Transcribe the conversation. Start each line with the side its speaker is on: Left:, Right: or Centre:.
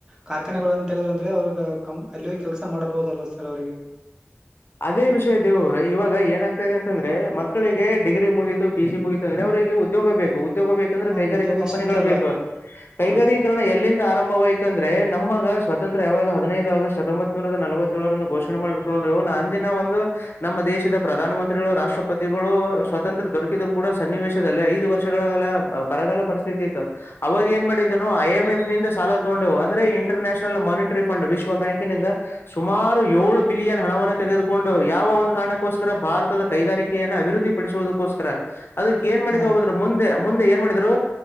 Right: ಕಾರ್ಖಾನೆಗಳಂತ ತೆಗೆ ಅಂದ್ರೆ ಅವ್ರಗ ಕ ಅಲ್ಲಿಯ ಕೆಲಸ ಮಾಡಬಹುದಲ್ಲ ಸರ್ ಅವ್ರರಿಗೆ
Left: ಅದೇ ವಿಷಯ ದೇವ್ರ ಇವಾಗ ಏನಾಗ್ತಾ ಇದೆ ಅಂತಂದ್ರೆ ಮಕ್ಕಳಿಗೆ ಡಿಗ್ರಿ ಮುಗೀತು ಪಿ ಜಿ ಮುಗತು ಅಂದ್ರೆ ಅವ್ರಿಗೆರಿಗೆ ಉದ್ಯೋಗ ಬೇಕು. ಉದ್ಯೋಗ ಬೇಕಂದ್ರೆ
Right: ಹ್ಮ
Left: ಕೈಗಾರಿಕಾ
Right: ಉದ್ಯೋಗ
Left: ಕಂಪನಿಗಳು
Right: ಸಿಗ್ತಾ ಇಲ್ಲ
Left: ಬೇಕು ಕೈಗಾರೀಕರಣ
Right: ಹ
Left: ಎಲ್ಲಿಂದ ಆರಂಭ ಆಯತಂದ್ರೆ ನಮ್ಮಗ ಸ್ವಾತಂತ್ರ್ಯ ಯಾವಾಗ ಹದಿನೈದು ಆಗಸ್ಟ್ ಹತ್ತೊಂಬತ್ೂರ ನಲವತ್ತೇಳರನ್ನು ಘೋಷೆ ಮಾಡ್ಕೊಂಡು ನ ದಿನ ಒಂದು ನಮ್ಮ ದೇಶದ ಪ್ರಧಾನ ಮಂತ್ರಿಗಳು ರಾಷ್ಟ್ರಪತಿಗಳು ಸ್ವಾತಂತ್ರ ದೊರಕಿದ್ರು ಕೂಡ ಸನ್ನಿವೇಶದಲ್ಲಿ ಐದು ವರ್ಷಗಳ ಬರಗಲ್ಲ ಪರಿಸ್ಥಿತಿ ಇತ್ತು ಅವಾಗ ಏನ್ ಮಾಡಿದನು ಐ ಎಂ ಎ. ಂದ ಸಾಲ ತಗೊಂಡವು ಅಂದ್ರೆ ಇಂಟರ್ ನ್ಯಾಷನಲ್ ಮಾನಿಟರಿ ಫಂಡ್ ವಿಶ್ವ ಬ್ಯಾಂಕ್ಿಂದ ಸುಮಾರು ಏಳು ಬಿಲಿಯನ್ ಹಣವನ್ನು ತೆಗೆದು ಕೊಂಡು ಯಾವ ಒಂದ ಕಾರಣಕ್ಕೋಸ್ಕರ ಭಾರತದ ಕೈಗಾರಿಕೆಯನ್ನು ಅಭಿವೃದ್ಧಿ ಪಡಿಸುವುದಕ್ಕೋಸ್ಕರ. ಅದಕ್ ನ್ ಮಾಡಿದ
Right: ಹ
Left: ಹದ್ರ ಮುಂದೆ. ಮುಂದೆ ಏನ್ ಮಾಡಿದರು